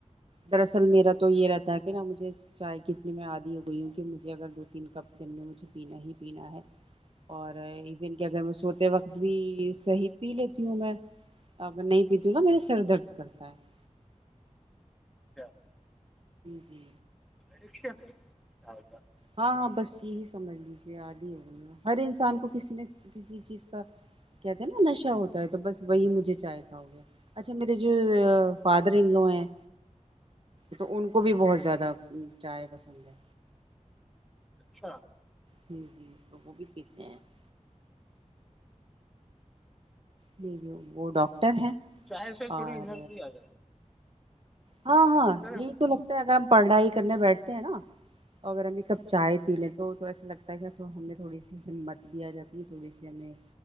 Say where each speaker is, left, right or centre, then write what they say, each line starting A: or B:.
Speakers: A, on the right; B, in the centre.
A: دراصل میرا تو یہ رہتا ہے کہ نا مجھے چائے کتنے میں آدھی ہو گئی ہوں کہ مجھے اگر دو تین کپ دن میں مجھے پینا ہی پینا ہے اور ایون کہ اگر میں سوتے وقت بھی صحیح پی لیتی ہوں میں ا میں نہیں پیتیوں گا میرے سر درد کرتا ہے <unintelligible>
B: اچھا <unintelligible>
A: جی
B: پشے نہیںا <unintelligible>
A: ہاں ہاں بس یہی سمجھ لیجیے آاد ہی ہو گئیی ہر انسان کو کسی نہ <unintelligible> چیز کا کہتے ہیں نا نشہ ہوتا ہے تو بس وہی مجھے چاہتا ہوگا اچھا میرے جو فادر ان لو ہیں تو ان کو بھی بہت زیادہ چائے پسند ہے
B: اچھا
A: ہوں ج تو وہ بھی پیتے ہیں <unintelligible> جی وہ ڈاکٹر ہیں
B: چائےے سے تھوڑی
A: اور
B: انرجی آ جائے <unintelligible>
A: ہاں ہاں یہی
B: ہیں وہ
A: تو لگتا ہے اگر ہم پڑھائی کرنے بیٹھتے ہیں نا اور اگر ہمیں کب چائے پی لیں تو تھوڑا سا لگتا تو ہمیں تھوڑی سی ہمت بھی آ جاتی ہے تھوڑی سی ہمیں